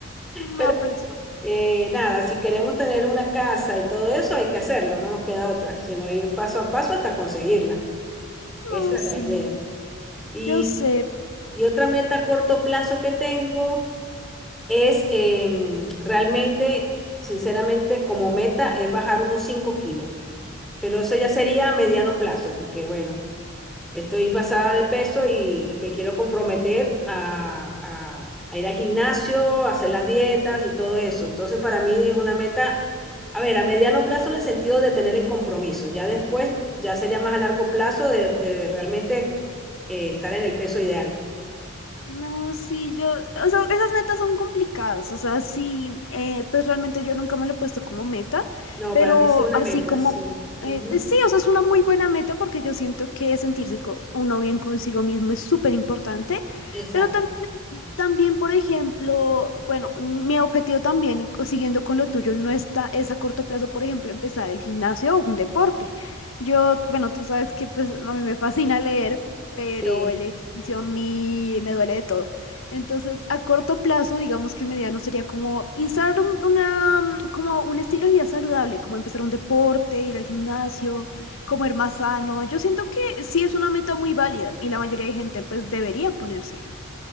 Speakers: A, on the left; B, in the centre.
A: me
B: Pero
A: da pereza.
B: eh, nada, si queremos tener una casa y todo eso, hay que hacerlo, no nos queda otra, sino ir paso a paso hasta conseguirla. Esa
A: No,
B: es
A: sí,
B: la idea. Y,
A: yo sé.
B: y otra meta a corto plazo que tengo es em, realmente, sinceramente, como meta es bajar unos 5 kilos, pero eso ya sería a mediano plazo, porque bueno, estoy pasada de peso y, y me quiero comprometer a, a- a ir al gimnasio, a hacer las dietas y todo eso. Entonces, para mí es una meta, a ver, a mediano plazo en el sentido de tener el compromiso, ya después, ya sería más a largo plazo de, de realmente eh, estar en el peso ideal.
A: No, sí, yo, o sea, esas metas son complicadas, o sea, sí, eh, pues realmente yo nunca me lo he puesto como meta,
B: No,
A: pero
B: para mí sí es una
A: así
B: meta,
A: como,
B: sí. Ujú,
A: eh, pues sí, o sea, es una muy buena meta porque yo siento que sentirse co- uno bien consigo mismo es súper importante,
B: Exacto.
A: pero también, también, por ejemplo, bueno, mi objetivo también, co- siguiendo con lo tuyo, no está, es a corto plazo, por ejemplo, empezar el gimnasio o un deporte. Yo, bueno, tú sabes que pues a mí me fascina leer, pero
B: Sí,
A: el ejercicio a mí me duele de todo. Entonces, a corto plazo, digamos que mediano sería como instalar un- una, mm, como un estilo de vida saludable, como empezar un deporte, ir al gimnasio, comer más sano. Yo siento que sí es una meta muy válida y la mayoría de gente pues debería ponérsela.